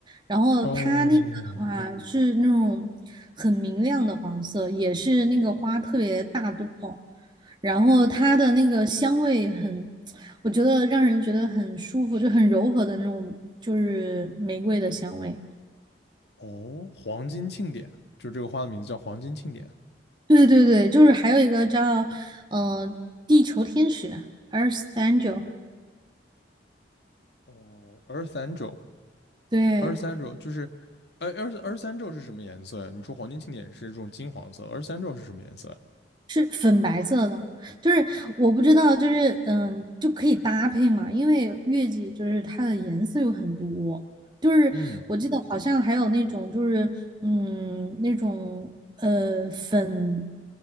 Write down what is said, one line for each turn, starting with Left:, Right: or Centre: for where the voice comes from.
Right: 然后它那个的话嗯是那种很明亮的黄色，
Left: 哦，
Right: 也是那个花特别大朵，然后它的那个香味很。我觉得让人觉得很舒服，就很柔和的那种，就是玫瑰的香味。
Left: 哦，黄金庆典，就这个花的名字叫黄金庆典。
Right: 对对对，就是还有一个叫嗯，地球天使 Earth Angel，
Left: 哦，二十三周
Right: 对，
Left: 二十三周就是，呃，二二十三周是什么颜色呀？你说黄金庆典是这种金黄色，二十三周是什么颜色呀
Right: 是粉白色的，就是我不知道，就是嗯，就可以搭配嘛，因为月季就是它的颜色有很多，就是我记得好像还有那种就是嗯那种呃粉
Left: 嗯，